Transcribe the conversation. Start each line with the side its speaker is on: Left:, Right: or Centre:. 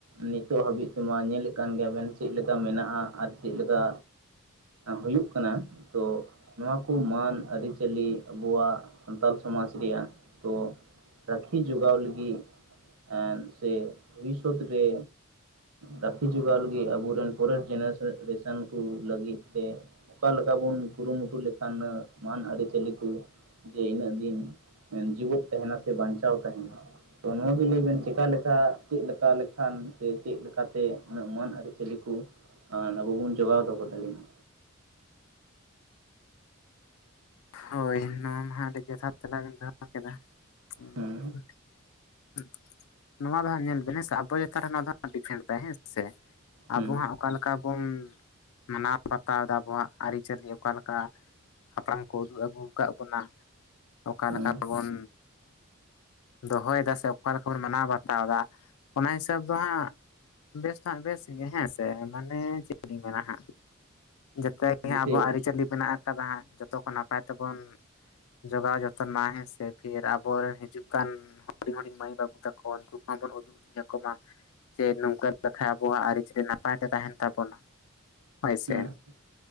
Right: ᱱᱤᱛᱳᱜ ᱦᱟᱹᱵᱤᱡ ᱛᱮ ᱢᱟ ᱧᱮᱞᱮᱜ ᱠᱟᱱ ᱜᱮᱭᱟ ᱵᱮᱱ ᱪᱮᱫ ᱞᱮᱠᱟ ᱢᱮᱱᱟᱜ-ᱟ ᱟᱨ ᱪᱮᱫ ᱞᱮᱠᱟ ᱦᱩᱭᱩᱜ ᱠᱟᱱᱟ᱾ ᱛᱚ ᱱᱚᱣᱟ ᱠᱚ ᱢᱟᱹᱱ ᱟᱹᱨᱤ ᱪᱟᱹᱞᱤ ᱟᱵᱚᱣᱟᱜ ᱥᱟᱱᱛᱟᱞ ᱥᱚᱢᱟᱡᱽ ᱨᱮᱭᱟᱜ᱾ ᱛᱚ ᱨᱟᱹᱠᱷᱤ ᱡᱚᱜᱟᱣ ᱞᱟᱹᱜᱤᱫ ᱮᱸᱫ ᱥᱮ ᱵᱷᱚᱵᱤᱥᱚᱛ ᱨᱮ ᱨᱟᱹᱠᱷᱤ ᱡᱚᱜᱟᱣ ᱞᱟᱹᱜᱤᱫ ᱟᱵᱚ ᱨᱮᱱ ᱯᱚᱨᱮᱨ ᱡᱮᱱᱟᱨᱮᱥᱚᱱ ᱠᱚ ᱞᱟᱹᱜᱤᱫ ᱛᱮ᱾ ᱚᱠᱟ ᱞᱮᱠᱟ ᱵᱚᱱ ᱠᱩᱨᱩ ᱢᱩᱴᱩ ᱞᱮᱠᱷᱟᱱ ᱢᱟᱱ ᱟᱹᱨᱤ ᱪᱟᱹᱞᱤ ᱠᱚ᱾ ᱡᱮ ᱤᱱᱟᱹᱜ ᱫᱤᱱ ᱡᱤᱣᱮᱫ ᱛᱟᱦᱮᱱᱟ ᱥᱮ ᱵᱟᱧᱪᱟᱣ ᱛᱟᱦᱮᱱᱟ᱾ ᱛᱚ ᱱᱚᱣᱟ ᱜᱮ ᱞᱟᱹᱭ ᱵᱮᱱ ᱪᱮᱠᱟ ᱞᱮᱠᱟ ᱪᱮᱫ ᱞᱮᱠᱟ ᱞᱮᱠᱷᱟᱱ ᱥᱮ ᱪᱮᱫ ᱞᱮᱠᱟᱛᱮ ᱩᱱᱟᱹᱜ ᱢᱟᱹᱱ ᱟᱹᱨᱤ ᱪᱟᱹᱞᱤ ᱠᱚ ᱟᱱ ᱟᱵᱚ ᱵᱚᱱ ᱡᱚᱜᱟᱣ ᱫᱚᱦᱚ ᱫᱟᱲᱤᱜᱢᱟ᱾
Left: ᱦᱳᱭ ᱱᱚᱣᱟ ᱢᱟᱦᱟᱸᱜ ᱟᱹᱰᱤ ᱡᱚᱛᱷᱟᱛ ᱛᱮᱞᱟ ᱵᱮᱱ ᱫᱚᱦᱚ ᱠᱮᱫᱟ᱾ ᱦᱩᱸ
Right: ᱦᱮᱸ
Left: ᱱᱚᱣᱟ ᱫᱚ ᱦᱟᱸᱜ ᱧᱮᱞ ᱵᱮᱱ ᱦᱮᱸ ᱥᱮ ᱟᱵᱚ ᱪᱮᱛᱟᱱ ᱨᱮ ᱱᱚᱣᱟ ᱫᱚ ᱦᱟᱸᱜ ᱰᱤᱯᱷᱮᱱᱴ ᱫᱟᱭ ᱦᱮᱸ ᱥᱮ᱾
Right: ᱦᱩᱸ
Left: ᱟᱵᱚ ᱦᱟᱸᱜ ᱚᱠᱟ ᱞᱮᱠᱟ ᱵᱚᱱ ᱢᱟᱱᱟᱣ ᱵᱟᱛᱟᱣᱫᱟ ᱟᱵᱚᱣᱟᱜ ᱟᱹᱨᱤᱪᱟᱹᱞᱤ ᱚᱠᱟ ᱞᱮᱠᱟ ᱦᱟᱯᱲᱟᱢ ᱠᱚ ᱩᱫᱩᱜ ᱟᱹᱜᱩᱣ ᱠᱟᱫ ᱵᱚᱱᱟ ᱚᱠᱟ
Right: ᱦᱩᱸ
Left: ᱞᱮᱠᱟ ᱵᱚᱱ ᱫᱚᱦᱚᱭᱫᱟ ᱥᱮ ᱚᱠᱟ ᱞᱮᱠᱟ ᱵᱚᱱ ᱢᱟᱱᱟᱣ ᱵᱟᱛᱟᱣᱫᱟ ᱚᱱᱟ ᱦᱤᱥᱟᱹᱵ ᱫᱚ ᱦᱟᱸᱜ ᱵᱮᱥ ᱫᱚ ᱦᱟᱸᱜ ᱵᱮᱥ ᱜᱮ ᱦᱮᱸ ᱥᱮ ᱢᱟᱱᱮ ᱪᱤᱜ ᱤᱧ ᱢᱮᱱᱟ ᱦᱟᱸᱜ ᱡᱮᱛᱮ ᱜᱮ
Right: ᱡᱮᱭᱥᱮ
Left: ᱦᱟᱸᱜ ᱟᱵᱚᱣᱟᱜ ᱟᱹᱨᱤᱪᱟᱹᱞᱤ ᱢᱮᱱᱟᱜ ᱟᱠᱟᱫᱟ ᱦᱟᱸᱜ᱾ ᱛᱚ ᱠᱚ ᱱᱟᱯᱟᱭ ᱛᱮᱵᱚᱱ ᱡᱚᱜᱟᱣ ᱡᱚᱛ ᱛᱚᱱᱟ ᱦᱮᱸᱥᱮ ᱯᱷᱤᱨ ᱟᱵᱚᱨᱮᱱ ᱦᱤᱡᱩᱜ ᱠᱟᱱ ᱦᱩᱰᱤᱧ ᱦᱩᱰᱤᱝ ᱢᱟᱹᱭ ᱵᱟᱹᱵᱩ ᱛᱟᱠᱚ ᱩᱱᱠᱩ ᱠᱚᱦᱚᱸ ᱵᱚᱱ ᱩᱫᱩᱜ ᱭᱟᱹᱠᱚᱢᱟ ᱡᱮ ᱱᱚᱝᱠᱟ ᱞᱮᱠᱷᱟᱡ ᱟᱵᱚᱣᱟᱜ ᱟᱹᱨᱤᱪᱟᱹᱞᱤ ᱱᱟᱯᱟᱭ ᱛᱮ ᱛᱟᱦᱮᱸᱱ ᱛᱟᱵᱚᱱᱟ᱾ ᱦᱳᱭ
Right: ᱦᱩᱸ
Left: ᱥᱮ